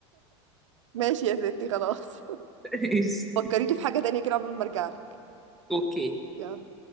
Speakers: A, on the right; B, in the centre.
A: ماشي يا ستي خلاص
B: <laughs> ايش
A: فكريني في حاجة تانية كده قبل ما ارجعلك
B: اوكي
A: يلا